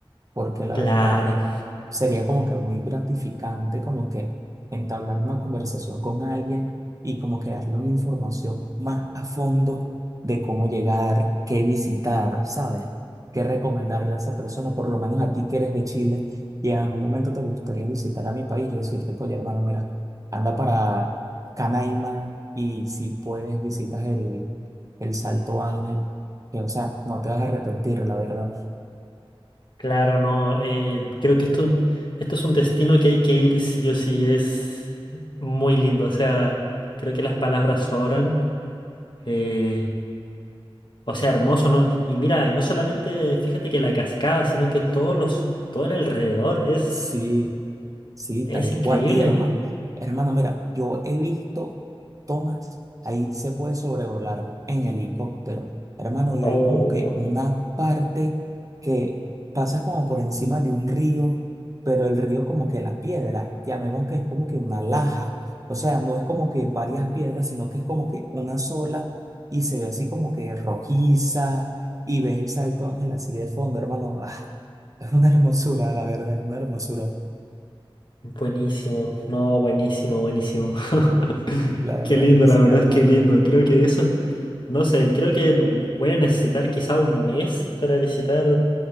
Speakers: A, on the right; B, on the left.
A: porque la
B: Claro.
A: verdad es, sería como que muy gratificante como que entablar una conversación con alguien y como que darle una información más a fondo de cómo llegar, qué visitar, ¿sabes? Qué recomendarle a esa persona, por lo menos a ti que eres de Chile y en algún momento te gustaría visitar a mi país, yo decirte, oye, hermano, mira, anda para Canaima y si puedes visitas el, el Salto Ángel, que o sea, no te vas a arrepentir, la verdad.
B: Claro, no, eh, creo que esto, esto es un destino que hay que ir sí o sí, es muy lindo, o sea, creo que las palabras sobran, eh, o sea, hermoso, ¿no? Y mira, y no solamente fíjate que la cascada, sino que todos los, todo el alrededor es,
A: Sí, Sí,
B: es
A: tal
B: increíble.
A: cual. Y herma- hermano, mira, yo he visto tomas, ahí se puede sobrevolar en helicóptero, hermano, y
B: Oh,
A: hay como que una parte que pasas como por encima de un río, pero el río como que la piedra, llamemos que es como que una laja, o sea, no es como que varias piedras, sino que es como que una sola y se ve así como que rojiza y ves el Salto Ángel así de fondo, hermano. Ah, es una hermosura, la verdad, es una hermosura.
B: buenísimo, no, buenísimo, buenísimo. <laughs>
A: La verdad
B: Qué lindo,
A: que
B: la
A: sí,
B: verdad
A: hermano.
B: es que lindo, creo que eso, no sé, creo que voy a necesitar quizá un mes para visitar.